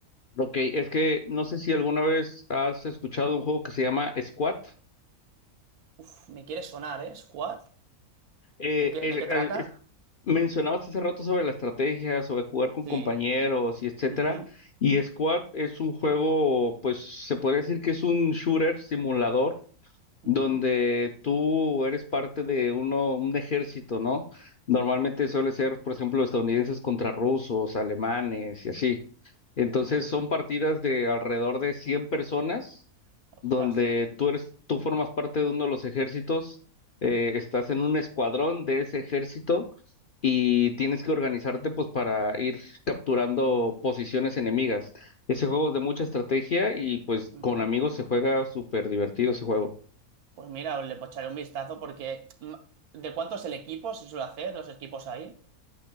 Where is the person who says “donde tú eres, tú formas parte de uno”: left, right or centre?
Left